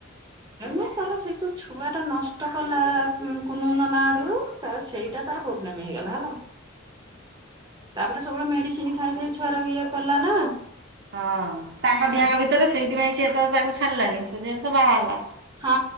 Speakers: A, on the right; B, on the right.
A: ଏମ ତାର ସେଇ ଯୋଉ ଛୁଆ ଟା ନଷ୍ଟ କଲା କୁନୁୁନ ନା ଆଡୁ ତ ସେଇଟା ତାର ପ୍ରୋବାଲେମ୍ ହେଇଗଲା ହେଲା। ତାପରେ ସବୁବେଳେ ମେଡ଼ିସିନ୍ ସିନ ଖାଇ ଖାଇ ଛୁଆକୁ ଇଏ କଲା ନା।
B: ହଁ ତାଙ୍କ ଦିହଙ୍କ
A: ଆସ
B: ଭିତରେ ସେଇଥିପାଇଁ ସିଏ ତ ତାକୁ ଛାଡିଲାନି ସେଥିପାଇଁ ତ ବାହାହେଲା।
A: ହଁ